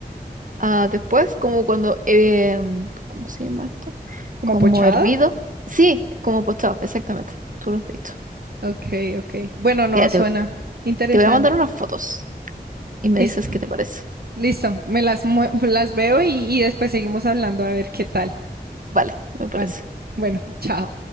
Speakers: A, on the right (about 50°); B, on the right (about 70°).
A: Ah, después, como cuando... em, ¿cómo se llama esto?
B: ¿Como
A: Como
B: pochado?
A: hervido. Sí, como postado, exactamente. Tú lo has dicho.
B: Ok, ok. Bueno, no,
A: Ya,
B: suena
A: te,
B: interesante.
A: te voy a mandar unas fotos y me
B: Listo,
A: dices qué te parece.
B: listo. Me las, mue- <laughs> las veo y, y después seguimos hablando a ver qué tal.
A: Vale, me parece.
B: Vale, bueno, chao.